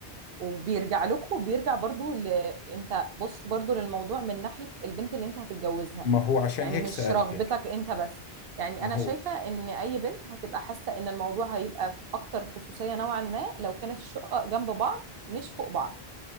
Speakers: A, on the right; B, on the left.
A: وبيرجع لكم وبيرجع برضو ل... انت بص برضو للموضوع من ناحيه البنت اللي انت هتتجوزها
B: ما هو عشان
A: يعني
B: هيك
A: مش
B: سألتك
A: رغبتك انت بس يعني
B: ما
A: انا
B: هو
A: شايفه ان اي بنت هتبقى حاسه ان الموضوع هيبقى في اكتر خصوصيه نوعا ما لو كانت الشقق جنب بعض مش فوق بعض